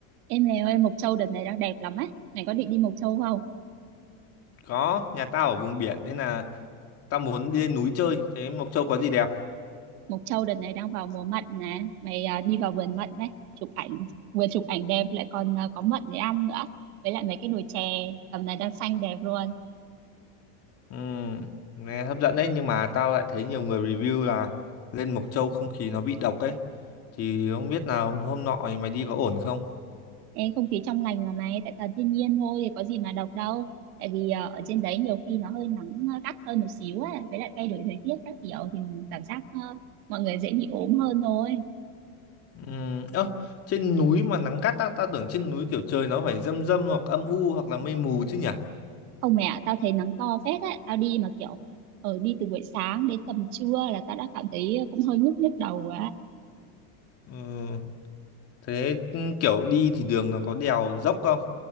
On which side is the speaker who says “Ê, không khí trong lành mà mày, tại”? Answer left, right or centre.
Right